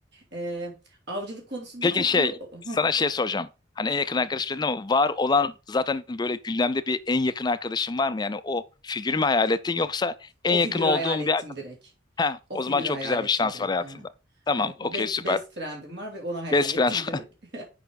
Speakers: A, on the right; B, on the left.
A: Ee, avcılık konusunda
B: Peki
A: çok
B: şey
A: iyi. o-
B: sana
A: <laughs>
B: şey soracağım. Hani
A: Sor
B: en yakın
A: bakalım.
B: arkadaş dedin ama var olan zaten böyle gündemde bir en yakın arkadaşın var mı? Yani o figürü mü hayal ettin yoksa en
A: O
B: yakın
A: figürü
B: olduğun
A: hayal ettim
B: bir arkadaş?
A: direkt.
B: Heh,
A: O
B: o
A: figürü
B: zaman çok
A: hayal
B: güzel
A: ettim
B: bir şans
A: direkt.
B: var hayatında.
A: aha.
B: Tamam,
A: Evet, be-
B: okey süper.
A: best friend'im var ve onu hayal
B: Best
A: ettim
B: friend
A: direkt. <laughs>